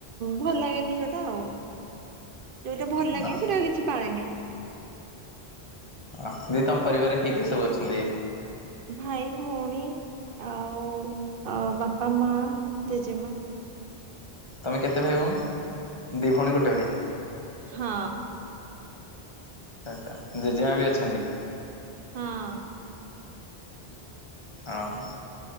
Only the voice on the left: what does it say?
ଓହୋ ଓହୋ
ଅ ଦିଦି ତମ ପରିବାରରେ କିଏ କିଏ ସବୁ ଅଛନ୍ତି?
ତୁମେ କେତେ ଭାଇ, ଭଉଣୀ ଦି ଭଉଣୀ, ଗୋଟେ ଭାଇ?
ଆଚ୍ଛା ଜେଜେଆ ବି ଅଛନ୍ତି?
ଅହ